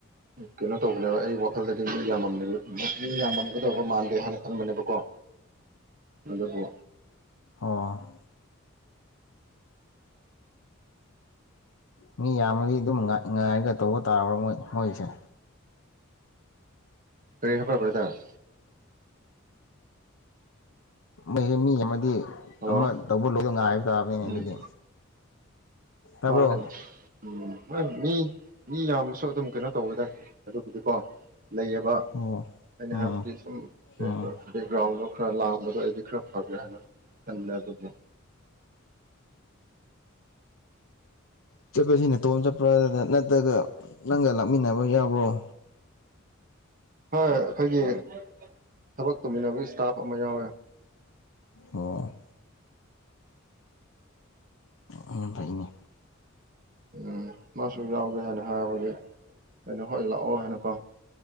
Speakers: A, on the right; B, on the left.
A: ꯀꯩꯅꯣ ꯇꯧꯕꯅꯦꯕ ꯑꯩ ꯋꯥꯈꯜꯗꯗꯤ ꯃꯤ ꯌꯥꯝꯃꯝꯒꯦ ꯃꯤ ꯌꯥꯝꯃꯝꯒꯗꯧꯕ ꯃꯥꯟꯗꯦ ꯍꯥꯏꯅ ꯈꯟꯕꯅꯦꯕꯀꯣ ꯑꯗꯨꯕꯨ
B: ꯑꯣ ꯃꯤ ꯌꯥꯝꯃꯗꯤ ꯑꯗꯨꯝ ꯉꯥꯏꯔꯒ ꯇꯧꯕ ꯇꯥꯔꯕ꯭ꯔꯥ ꯃꯣꯏ ꯃꯣꯏꯁꯦ
A: ꯀꯔꯤ ꯍꯥꯏꯕ ꯕꯔꯗꯔ
B: ꯃꯤ ꯃꯤ ꯌꯥꯝꯃꯗꯤ
A: ꯍꯜꯂꯣ
B: ꯑꯃ ꯇꯧꯕ ꯂꯣꯏꯗꯧ ꯉꯥꯏ ꯇꯥꯔꯕꯅꯤꯅꯦ
A: ꯎꯝ
B: ꯑꯗꯨꯗꯤ ꯇꯥꯕ꯭ꯔꯣ
A: ꯃꯥꯅꯦ ꯎ ꯃꯤ ꯃꯤ ꯌꯥꯝꯃꯁꯨ ꯑꯗꯨꯝ ꯀꯩꯅꯣ ꯇꯧꯋꯦꯗꯥꯏ ꯑꯗꯨꯕꯨꯗꯤꯀꯣ ꯂꯩꯌꯦꯕ
B: ꯑꯣ
A: ꯑꯩꯅ
B: ꯎꯝ
A: ꯍꯥꯏꯕꯗꯤ ꯁꯨꯝ
B: ꯎꯝ
A: ꯕꯦꯛꯒ꯭ꯔꯥꯎꯟꯗꯣ ꯈꯔ ꯂꯥꯡꯕꯗꯣ ꯑꯩꯗꯤ ꯈꯔ ꯐꯒꯦ ꯍꯥꯏꯅ ꯈꯟꯕꯃꯦ ꯑꯗꯨꯕꯨ
B: ꯥꯆꯠꯄ ꯦꯁꯤꯅ <unintelligible> ꯅꯠꯇ꯭ꯔꯒ ꯅꯪꯒ ꯂꯥꯛꯃꯤꯟꯅꯕ ꯌꯥꯕ꯭ꯥꯥꯔꯣ
A: ꯍꯣꯏ ꯑꯩꯈꯣꯏꯒꯤ ꯊꯕꯛ ꯇꯧꯃꯤꯟꯅꯕ ꯏꯁꯇꯥꯐ ꯑꯃ ꯌꯥꯎꯋꯦ
B: ꯑꯣ ꯑꯣ ꯐꯩꯅꯦ
A: ꯎꯝ ꯃꯥꯁꯨ ꯌꯥꯎꯒꯦ ꯍꯥꯏꯅ ꯍꯥꯏꯕꯒꯤ ꯑꯩꯅꯣ ꯍꯣꯏ ꯂꯥꯛꯑꯣ ꯍꯥꯏꯅꯀꯣ